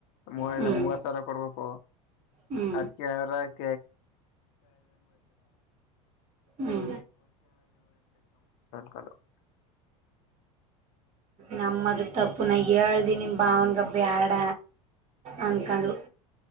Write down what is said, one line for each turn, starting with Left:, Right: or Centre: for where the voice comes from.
Left: ಮೂವ
Right: ಹ್ಞೂ
Left: ಮೂವತ್ ಸಾವಿರ ಕೊಡ್ಬೇಕು
Right: ಹ್ಞೂ
Left: ಅದ್ ಕೇಳಿದ್ರ.
Right: ಹ್ಞೂ
Left: <unintelligible> <unintelligible>
Right: ನಮ್ಮದ ತಪ್ಪು ನ ಹೇಳ್ದಿನಿ ನಿಮ್ಮ್ ಭಾವನ್ಗ ಬ್ಯಾಡ ಅನ್ಕೊಂದು.
Left: ಹ್ಮ್